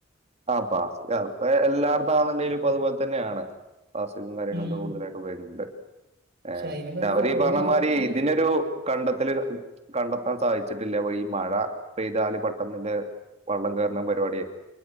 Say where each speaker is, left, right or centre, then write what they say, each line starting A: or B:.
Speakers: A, on the right; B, on the right.
A: ആഹ് പ്ലാസിൽ, അതിപ്പ എല്ലാടത്താണണ്ടേലും ഇപ്പൊ അത്പോലെ തന്നെയാണ്. പ്ലാസ്റ്റിക്കും കാര്യങ്ങളൊക്കെ
B: ഉം
A: കൂടുതലായിട്ട് ഉപയോഗിക്ക്ണ്ട്.
B: പക്ഷെ
A: ഏഹ്.
B: അയിനൊക്കെ
A: മറ്റേ
B: ഒരു
A: അവരീ
B: കൊറവ്
A: പറഞ്ഞ
B: വരുത്തിയ
A: മാതിരി ഇതിനൊരു കണ്ടെത്തല്കൾ, കണ്ടെത്താൻ സാധിച്ചിട്ടില്ല. അപ്പൊ ഈ മഴ പെയ്താല് പെട്ടെന്നില്ലെ വെള്ളം കയറുന്ന പരിപാടിയെ,